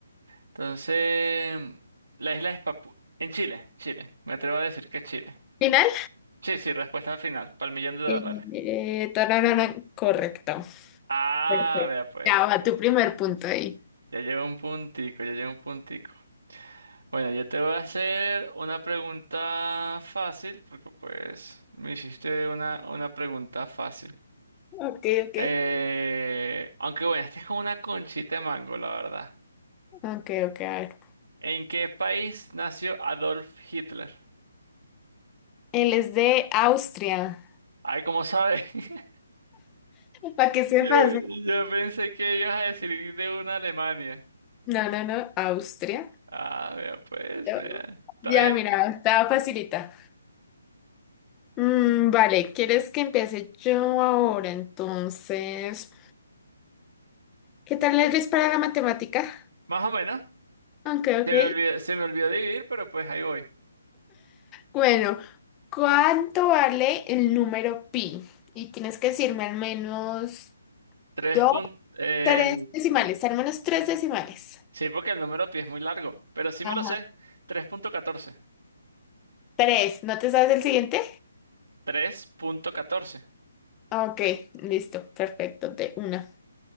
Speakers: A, on the right; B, on the left.
A: Entonces, la isla es Papu en Chile, Chile. Me atrevo a decir que es Chile.
B: ¿Final?
A: Sí, sí, respuesta final, para el millón de
B: Eh,
A: dólares.
B: eh, tararara, correcto.
A: Ah,
B: Perfecto.
A: vea pues.
B: Ya va tu primer punto ahí.
A: Ya llevo un puntico, ya llevo un puntico. Bueno, yo te voy a hacer una pregunta fácil, porque pues me hiciste una, una pregunta fácil.
B: Ok, ok.
A: Eh, aunque bueno, esta es como una conchita de mango, la verdad.
B: Ok, ok, a ver.
A: ¿En qué país nació Adolf Hitler?
B: Él es de Austria.
A: Ay, ¿cómo sabes? <laughs>
B: Para que sepas,
A: Yo, yo
B: ¿eh?
A: pensé que ibas a decir de una Alemania.
B: No, no, no, Austria.
A: Ah, vea, pues,
B: Yo-
A: vea. Está
B: Ya,
A: bien.
B: mira,
A: está bien.
B: estaba facilita. Mm, vale, ¿quieres que empiece yo ahora? Entonces, ¿qué tal eres para la matemática?
A: Más o menos.
B: Ok, ok.
A: Se me olvidó, se me olvidó dividir, pero pues ahí voy.
B: Bueno, ¿cuánto vale el número pi? Y tienes que decirme al menos
A: Tres
B: dos,
A: puntos. eh,
B: tres decimales, al menos tres decimales.
A: Sí, porque el número pi es muy largo, pero sí
B: Ajá.
A: me lo sé. 3.14.
B: Tres, ¿no te sabes el siguiente?
A: 3.14.
B: Ah, Ok, listo, perfecto, de una.